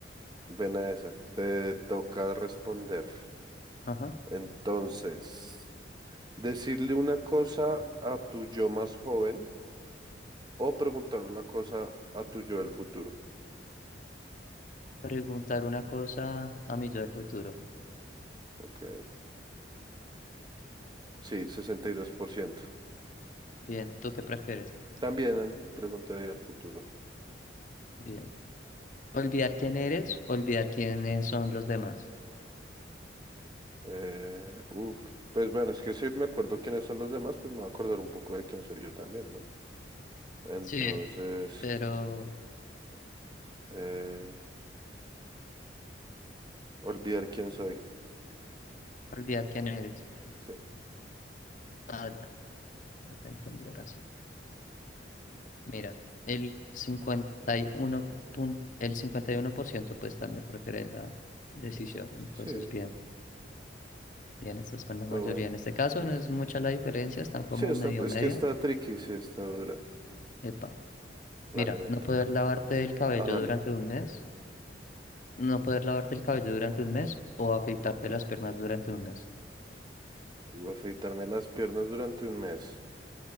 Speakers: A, on the right (about 25°); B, on the left (about 45°).
A: Ven a esa. Te toca responder.
B: Ajá.
A: Entonces, decirle una cosa a tu yo más joven o preguntar una cosa a tu yo del futuro.
B: Preguntar una cosa a mi yo del futuro.
A: Ok. Sí, 62%.
B: Bien, ¿tú qué prefieres?
A: También preguntaría al futuro.
B: Bien. Olvidar quién eres, olvidar quiénes son los demás.
A: Eh, uf. Pues bueno, es que si me acuerdo quiénes son los demás, pues me voy a acordar un poco de quién soy yo también, ¿no? Entonces,
B: Sí, pero
A: eh, olvidar quién soy.
B: olvidar quién eres.
A: Sí,
B: Ah, ya, ya te entendí ahora sí. Mira, el 51 pun- el 51%, pues también prefiere esa decisión.
A: exacto.
B: Entonces,
A: Sí,
B: bien, bien, estás con la mayoría.
A: pero bueno.
B: En este caso no es mucha la diferencia, están como
A: Sí, está,
B: medio
A: es
B: medio.
A: que está tricky, sí, está dura.
B: Epa,
A: Vale,
B: mira,
A: me
B: no
A: toca.
B: poder lavarte el cabello
A: Ah, dale.
B: durante un mes, no poder lavarte el cabello durante un mes o afeitarte las piernas durante un mes.
A: Voy a afeitarme las piernas durante un mes.